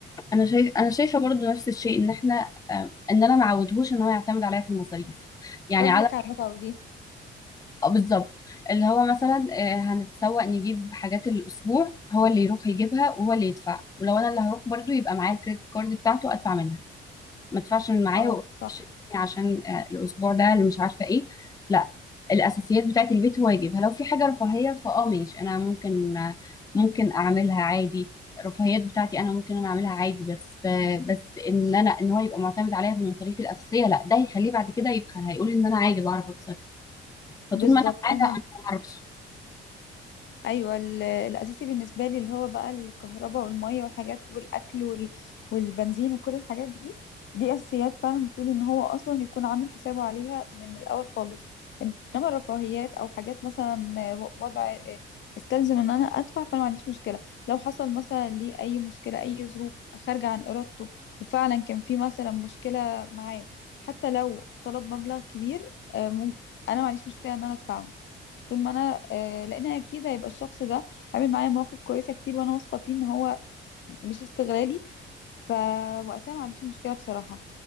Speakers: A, on the left; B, on the left.
A: انا شايف انا شايفه برضو نفس الشيء ان احنا آه، ان انا ما عودهوش ان هو يعتمد عليا في المصاريف يعني
B: رجلك
A: على
B: على المتعه دي
A: آه، بالظبط اللي هو مثلا آه، هنتسوق نجيب حاجات الاسبوع هو اللي يروح يجيبها وهو اللي يدفع ولو انا اللي هروح برضو يبقى معايا الكريدت كارد بتاعته ادفع منها ما ادفعش من معايا
B: اه
A: وأقول
B: صح
A: معلش اديني عشان آه، الاسبوع ده اللي مش عارفه ايه لا الاساسيات بتاعه البيت هو يجيبها لو في حاجه رفاهيه فاه ماشي انا ممكن آه، ممكن اعملها عادي الرفاهيات بتاعتي انا ممكن انا اعملها عادي بس آه، بس ان انا ان هو يبقى معتمد عليا في المصاريف الاساسيه لا ده هيخليه بعد كده يبخل هيقول ان انا عادي بعرف اتصرف فطول
B: بالظبط
A: ما انا معاه
B: انا
A: لا انا ما اعرفش
B: ايوه ال- الاساسي بالنسبه لي اللي هو بقى الكهرباء والميه والحاجات والاكل وال... والبنزين وكل الحاجات دي دي اساسيات فعلا المفروض ان هو اصلا يكون عامل حسابه عليها من الاول خالص انما الرفاهيات او حاجات مثلا وضع استلزم ان انا ادفع فانا ما عنديش مشكله لو حصل مثلا لي اي مشكله اي ظروف خارجه عن ارادته وفعلا كان في مثلا مشكله معاه حتى لو طلب مبلغ كبير آه، مم- انا ما عنديش مشكله ان انا ادفعه طول ما انا آه لان اكيد هيبقى الشخص ده عامل معايا مواقف كويسه كتير وانا واثقه فيه ان هو مش استغلالي فوقتها ما عنديش مشكله بصراحه